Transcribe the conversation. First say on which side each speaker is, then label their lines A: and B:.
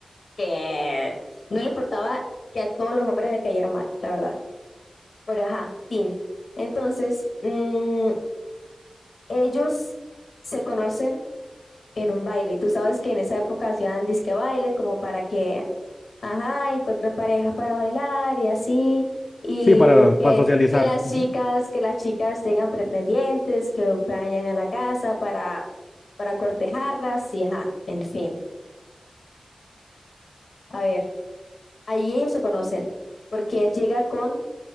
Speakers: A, on the left; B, on the left.
A: que no le importaba que a todos los hombres le cayeran mal, la verdad. Pero ajá, Tin. Entonces, mm, ellos se conocen en un baile. Tú sabes que en esa época hacían disque baile como para que, ajá, encuentren parejas para bailar y así. Y
B: Sí, para,
A: que,
B: para socializar.
A: que las
B: Ujú.
A: chicas, que las chicas tengan pretendientes, que vayan a la casa para, para cortejarlas y ajá, en fin. A ver, ahí ellos se conocen, porque él llega con,